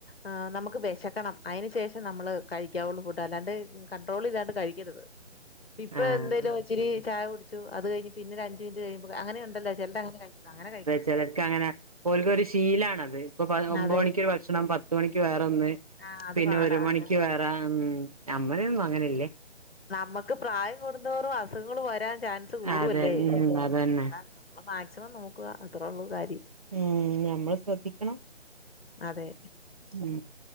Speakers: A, on the left (about 55°); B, on the right (about 30°).
A: എ നമു ക്ക് വെശക്കണം അയ്ന് ശേഷം നമ്മള് കഴിക്കാവൊള്ളും ഫുഡ് അല്ലാണ്ട് കണ്ട്രോൾ ഇല്ലാണ്ട് കഴിക്കരുത് ഇപ്പൊ
B: ആഹ്
A: എന്തായലും ഇച്ചിരി ചായ കുടിച്ചു അത് കഴിഞ് പിന്നെ ഒരഞ്ച് മിനിറ്റ് കഴിയുമ്പൊ അങ്ങനെ ഇണ്ടല്ലൊ അങ്ങനെ കഴിക്കു അങ്ങനെ കഴിക്കരുത്
B: ചെലർക്ക് അങ്ങനെ ഓൽക്കൊരു ശീലാണത് ഇപ്പൊ ഒമ്പത്
A: അതെ
B: മണിക്ക് ഒരു ഭക്ഷണം പത്ത് മണിക്ക് വേറെ ഒന്ന്
A: ആ അത്
B: പിന്നെ
A: പാടാ
B: ഒരു മണിക്ക്
A: അങ്ങനൊക്കെ
B: വേറെ ഉ നമ്മളൊന്നും അങ്ങനെയില്ലെ
A: നമ്മുക്ക് പ്രായം കൂടുംതോറും അസുഖങ്ങൾ വരാൻ ചാൻസ് കൂടുവല്ലേ
B: അതെ ഉം അതന്നെ
A: <unintelligible> നമ്മള് മാക്സിമം നോക്കുക അത്രേ ഒള്ളൂ കാര്യം
B: ഉം നമ്മള് ശ്രദ്ധിക്കണം
A: അതെ
B: ഉം